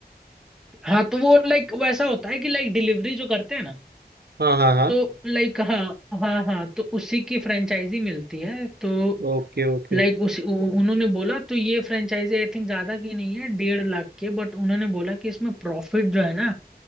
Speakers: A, in the centre; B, on the right.
A: हाँ तो वो लाइक वैसा होता है कि लाइक डिलीवरी जो करते हैं ना
B: हाँ हाँ हाँ
A: तो लाइक हाँ हाँ हाँ तो उसी की फ्रेंचाइजी मिलती है तो
B: Okay okay
A: लाइक उस उ- उन्होंने बोला तो ये फ्रेंचाइजी आई थिंक ज्यादा की नहीं है डेढ़ लाख की है। बट उन्होंने बोला कि इसमें प्रॉफिट जो है ना